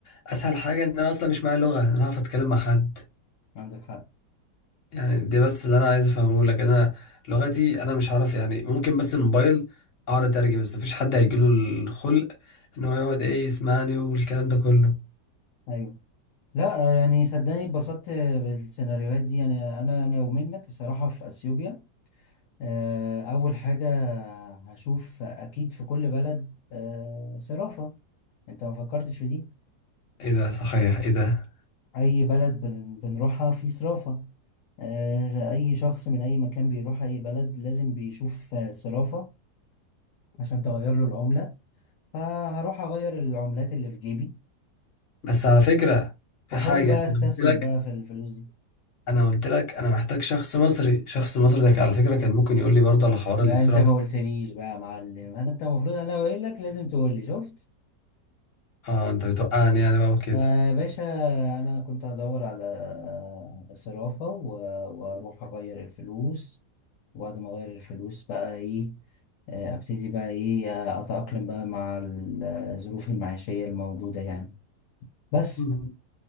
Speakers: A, on the left; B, on the left.
A: اسهل حاجة ان انا اصلا مش معايا لغة ان انا اعرف اتكلم مع حد
B: عندك حق
A: يعني دي بس اللي انا عايز افهمه لك انا لغتي انا مش هعرف يعني ممكن بس الموبايل اقعد اترجم بس مفيش حد هيجيله الخلق ان هو يقعد ايه يسمعني والكلام ده كله
B: ايوه لا يعني صدقني اتبسطت بالسيناريوهات دي يعني انا لو منك الصراحه في اثيوبيا آه، اول حاجه هشوف اكيد في كل بلد آه، صرافه انت ما فكرتش في دي
A: ايه ده صحيح ايه ده
B: اي بلد بن- بنروحها في صرافه آه، اي شخص من اي مكان بيروح اي بلد لازم بيشوف آه، صرافه عشان تغير له العمله فهروح اغير العملات اللي في جيبي
A: بس على فكرة في
B: واحاول
A: حاجة
B: بقى استثمر
A: انا قلت لك
B: بقى في الفلوس دي
A: انا قلت لك انا محتاج شخص مصري شخص مصري ده على فكرة كان ممكن يقول لي برضه على حوار
B: ما
A: الاستيراد
B: انت ما قلتليش بقى يا معلم انا انت المفروض انا قايل لك لازم تقول لي شفت
A: اه انت بتوقعني انا بقى وكده
B: آه يا باشا انا كنت هدور على آه، صرافة و- واروح اغير الفلوس وبعد ما اغير الفلوس بقى ايه آه، ابتدي بقى ايه آه، اتأقلم بقى مع ال- الظروف المعيشية الموجودة يعني بس
A: مم.